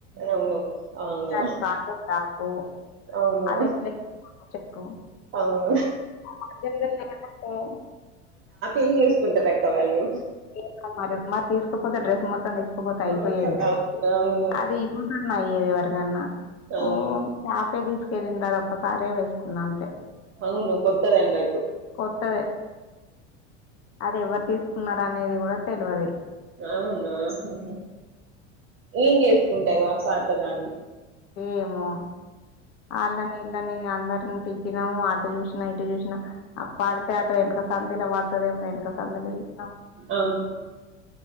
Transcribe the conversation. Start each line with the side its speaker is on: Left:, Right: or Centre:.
Right: అవును అవును
Left: అ ది <unintelligible> టప్
Right: అవును
Left: అది ఎట్లే <unintelligible> చెప్పు
Right: అవును
Left: <unintelligible> అ
Right: ఎం చేసుకుంటారక్క వాళ్ళు
Left: ఏమో మరి మరి తీసుకపోతే డ్రెస్ మొత్తం తీసుకపోతే అయిపోయేది
Right: ఓకే.
Left: కదా
Right: అవును
Left: అది అయ్యేది ఎవరికన్నా
Right: అవును
Left: హుమ్ టాపే తీసుకెళ్ళంది అది ఒక్కసారే వేసుకున్నా అంతే
Right: అవును కొత్తదన్నట్టు
Left: కొత్తదే అది ఎవరు తీసుకున్నారనేది కూడా తెలువది
Right: అవునా హుహు. ఏం చేసుకుంటారు అ పాత దాన్ని
Left: ఏమో అళ్లనే విల్ళని అందరిని తిట్టినాము ఆరు చూసినా ఇటు చూసిన అ పడితే అటు వెనక సందుల పడుతదేమో ఎనకా సందుల చూసినం
Right: ఆ అవును